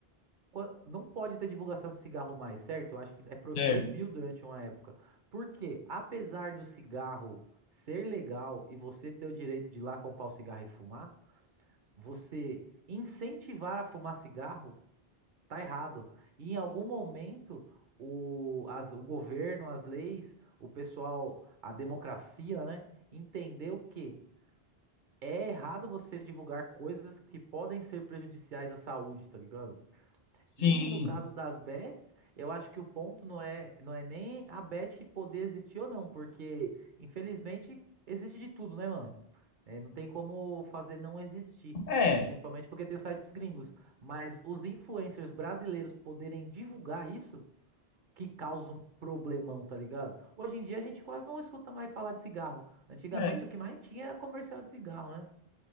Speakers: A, on the right; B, on the left.
A: qua- Não pode ter divulgação de cigarro mais, certo? Eu acho que é pro-
B: é,
A: proibiu durante uma época. Porque, apesar do cigarro ser legal e você ter o direito de ir lá comprar o cigarro e fumar, você incentivar a fumar cigarro tá errado. E em algum momento, o, as- o governo, as leis, o pessoal, a democracia, né, entendeu que é errado você divulgar coisas que podem ser prejudiciais à saúde, tá ligado?
B: sim,
A: E no caso das bets, eu acho que o ponto não é, não é nem a bet poder existir ou não, porque infelizmente existe de tudo, né, mano? É, não tem como fazer não existir,
B: é,
A: principalmente porque tem os sites gringos. Mas os influencers brasileiros poderem divulgar isso que causa um problemão, tá ligado? Hoje em dia a gente quase não escuta mais falar de cigarro. Antigamente
B: é,
A: o que mais tinha era comercial de cigarro, né?